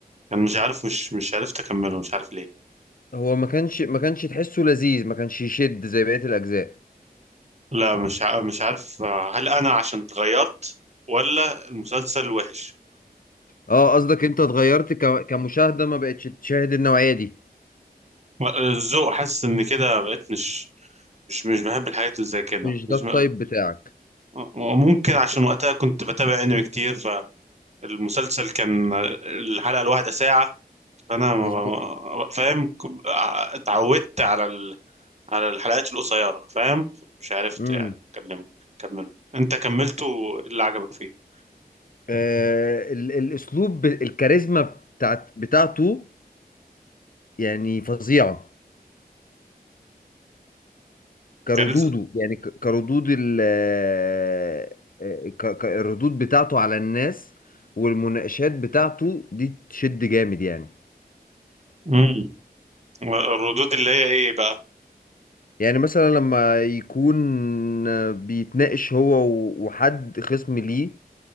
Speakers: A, on the right (about 45°); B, on the left (about 60°).
A: كان مش عارف مش مش عرفت أكمله مش عارف ليه
B: هو ما كانش ما كانش تحسه لذيذ ما كانش يشد زي بقية الاجزاء
A: لا مش ع... مش عارف آه، هل أنا عشان اتغيرت ولا المسلسل وحش
B: اه قصدك انت اتغيرت ك... كمشاهدة ما بقتش تشاهد النوعية دي
A: الذوق حاسس إن كده بقيت مش مش مش بحب الحاجات اللي زي كده
B: مش
A: مش
B: ده التايب بتاعك
A: ممكن عشان وقتها كنت بتابع انمي كتير فالمسلسل كان الحلقة الواحدة ساعة فانا ما-
B: مظبوط
A: ما- فاهم كب- اتعودت على ال... على الحلقات القصيرة فاهم مش عرفت
B: امم
A: يعني اكلمه كمله انت كملته اللي عجبك فيه
B: آه ال... الاسلوب ب- الكاريزما بتاعت بتاعته يعني فظيعة كردوده
A: كاريزما
B: يعني ك- كردود ال آه، آه، ك- ك- الردود بتاعته على الناس والمناقشات بتاعته دي تشد جامد يعني
A: امم الردود اللي هي ايه بقى
B: يعني مثلا لما يكون بيتناقش هو و- وحد خصم ليه